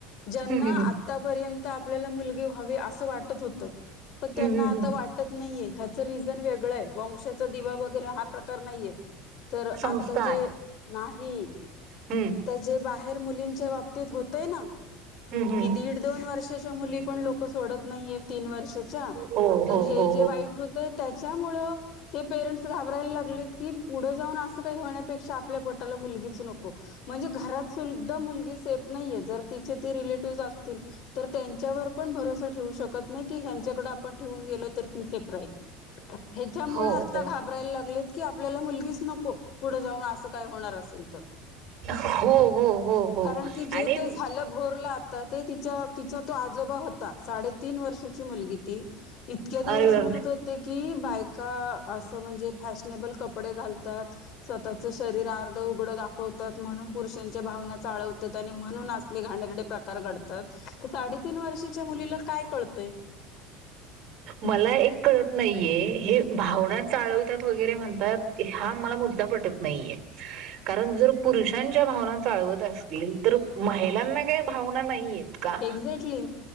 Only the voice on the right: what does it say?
हम्म हम्म
हम्म हम्म
संस्कार
हम्म
हम्म हम्म
हो
हो
हो
हो
हो
हो हो हो हो हो
आणि
अरे
मला एक कळत नाहीये हे भावना चाळवतात वगैरे म्हणतात. हा मला मुद्दा पटत नाहीये, कारण जर पुरुषांच्या भावना चालवत असतील. तर महिलांना काही भावना नाहीे आहेत. का,